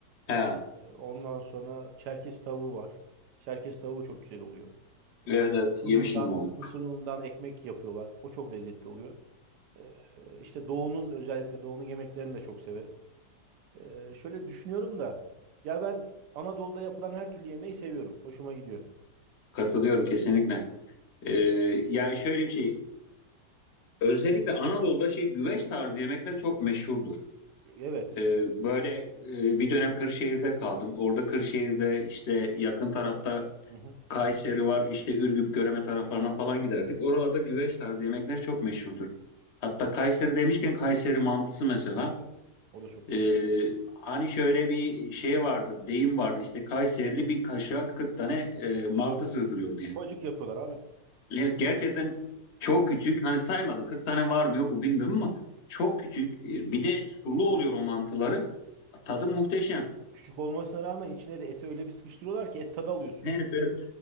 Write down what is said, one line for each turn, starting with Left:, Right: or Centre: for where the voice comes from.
Left: He.
Right: E, e, ondan sonra Çerkez tavuğu var. Çerkez tavuğu çok güzel oluyor.
Left: Evet,
Right: E,
Left: evet.
Right: unundan,
Left: Yemişim onu.
Right: mısır unundan ekmek yapıyorlar. O çok lezzetli oluyor. E, işte doğunun özellikle doğunun yemeklerini de çok severim. E, şöyle düşünüyorum da ya ben Anadolu'da yapılan her türlü yemeği seviyorum. Hoşuma gidiyor.
Left: Katılıyorum kesinlikle. Ee, ya şöyle bir şey, özellikle Anadolu'da şey güveç tarzı yemekler çok meşhurdur.
Right: Evet.
Left: Ee, böyle e, bir dönem Kırşehir'de kaldım. Orada Kırşehir'de işte yakın tarafta
Right: Hı hı.
Left: Kayseri var, işte Ürgüp, Göreme taraflarına falan giderdik. Oralarda güveç tarzı yemekler çok meşhurdur. Hatta Kayseri demişken Kayseri mantısı mesela.
Right: Evet. O da çok güzel.
Left: Ee, hani şöyle bir şey vardır, deyim vardı işte Kayserili bir kaşığa 40 tane e, mantı
Right: Doğru.
Left: sığdırıyor diye.
Right: Ufacık yapıyorlar abi.
Left: Evet gerçekten çok küçük. Hani saymadım 40 tane var mı yok mu bilmiyorum ama çok küçük. E, Bir de sulu oluyor o mantıları. Tadı muhteşem. <laughs>
Right: Küçük olmasına rağmen içine de eti öyle bir sıkıştırıyorlar ki et tadı alıyorsun.
Left: Evet, evet.